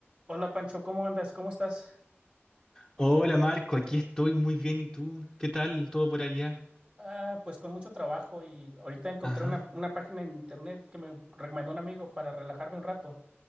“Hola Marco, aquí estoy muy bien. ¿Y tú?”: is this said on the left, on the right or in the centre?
Centre